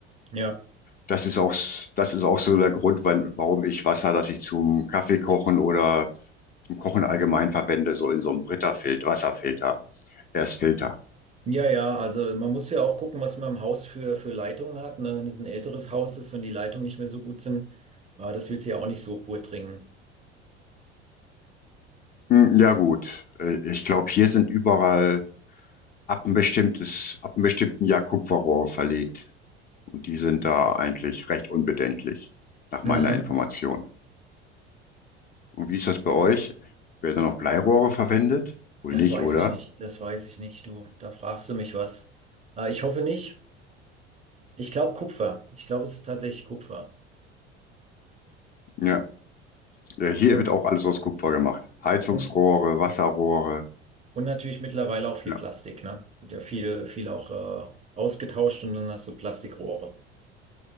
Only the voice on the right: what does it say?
Ja.
Ja, ja, also man muss ja auch gucken, was man im Haus für, für Leitungen hat, ne? Wenn es ein älteres Haus ist und die Leitungen nicht mehr so gut sind, äh, das willst du ja auch nicht so pur trinken.
Mhm.
Das
weiß
ich nicht, das weiß ich nicht, du. Da fragst du mich was. Äh, ich hoffe nicht. Ich glaube Kupfer. Ich glaube, es ist tatsächlich Kupfer.
Und,
und
Und natürlich mittlerweile auch viel
Plastik, ne? Wird ja viel, viel auch äh, ausgetauscht und dann hast du Plastikrohre.